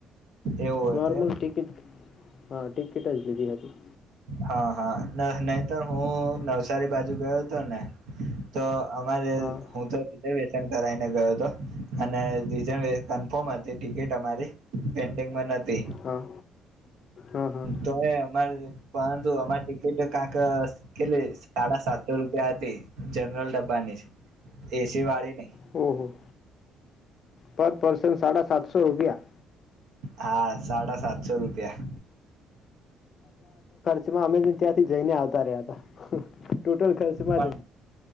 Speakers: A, on the right; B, on the left.
A: એવું
B: નોર્મલ
A: હતું એમ
B: ટિકિટ હા ટિકિટ જ લીધી હતી.
A: હા હા નહી તોર હું નવસારી બાજુ ગયો હતો ને તો અમારે
B: હા
A: હું તો સીધ વ કરને ગયો હતો અને રી કન્ફર્મ હતી ટિકિટ અમારી પેન્ડિંગમાં પે
B: હા હા હા
A: તો અમારે પરંતુ અમારી ટિકિટ કાંક કેટલી સાડા સાતસો રૂપિયા હતી જનરલ ડબ્બાની છે એસી વાળી નહી.
B: ઓહ. પર પર્સન સાડા સાતસો રૂપિયા
A: હા સાડા સાતસો રૂપિયા
B: માં અમે ત્યાંથી જઈને આવતા રહ્યા હતા. ટોટલ ખર્ચમાં
A: પણ
B: જ